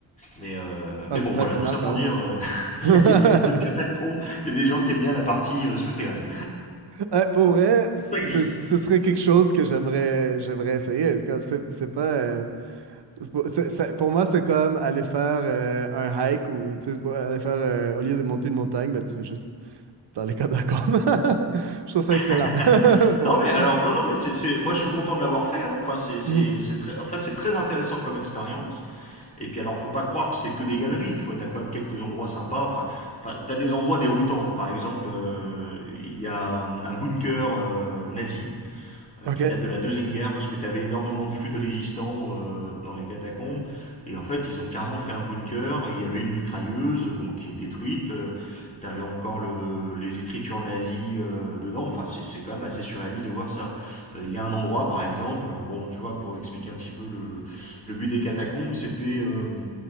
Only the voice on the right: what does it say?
Ah,
c'est
fascinant
quand
même.
<laughs>
Ouais, pour vrai, c-
c- ce serait quelque chose que j'aimerais j'aimerais essayer. Comme c'est c'est pas euh, pour c'est- c'est- pour moi c'est comme aller faire euh, un hike ou tu sais, pour- aller faire euh, au lieu de monter une montagne, ben, tu veux juste dans les catacombes. <laughs> Je trouve ça excellent.
<laughs> Pour
vrai.
Mhm.
Ok.